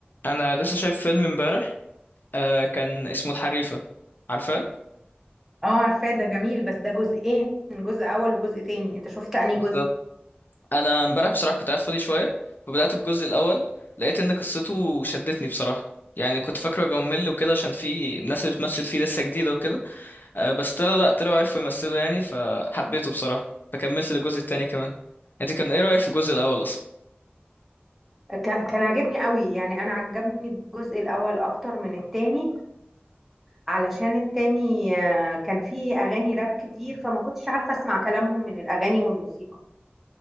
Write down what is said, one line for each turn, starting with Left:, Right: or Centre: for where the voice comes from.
Left: انا لسه شايف فيلم امبارح آه كان اسمه الحريفه عارفاه
Centre: اه عارفاه ده جميل بس ده جزئين جزء اول وجزء تاني انت شفت انهي جزء
Left: بالظبط انا امبارح بصراحه كنت قاعد فاضي شويه فبدات بالجزء الاول لقيت ان قصته شدتني بصراحه يعني كنت فاكره يبقى ممل وكده عشان في الناس اللي بتمثل فيه لسه جديده وكده آه بس طلعوا لا طلعوا عرفوا يمثلوا يعني فحبيته بصراحه فكملت للجزء التاني كمان انت كان ايه رايك في الجزء الاول اصلا
Centre: كان كان عاجبني قوي يعني انا عجبني الجزء الاول اكتر من التاني علشان التاني آه، كان فيه اغاني راب كتير فما كنتش عارفه اسمع كلامهم من الاغاني والموسيقى